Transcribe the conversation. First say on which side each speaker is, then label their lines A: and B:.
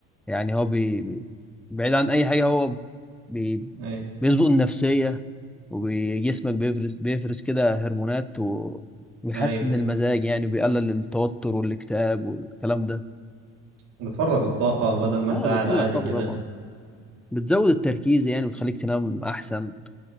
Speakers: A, in the centre; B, on the right.
A: يعني هو بي بي- بعيد عن أي حاجة هو بي
B: أيوة
A: بيظبط النفسية وجسمك بيفرز بيفرز كده هرمونات و... ويحسن
B: أيوة
A: المزاج يعني بيقلل التوتر والاكتئاب والكلام ده
B: وبتفرغ الطاقة بدل ما
A: اه
B: أنت قاعد
A: بتطلع
B: عادي
A: الطاقة
B: كده
A: طبعا بتزود التركيز يعني وتخليك تنام أحسن